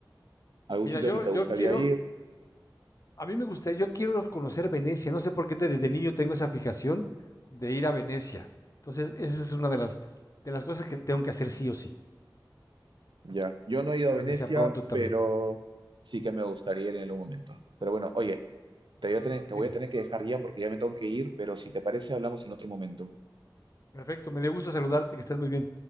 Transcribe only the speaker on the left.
Mira,
yo,
yo
quiero,
a mí me gustaría, yo quiero conocer Venecia, no sé por qué te- desde niño tengo esa fijación de ir a Venecia. Entonces, esa es una de las, de las cosas que tengo que hacer sí o sí.
Espero
que sea pronto también.
Dime.
Perfecto, me dio gusto saludarte, que estés muy bien.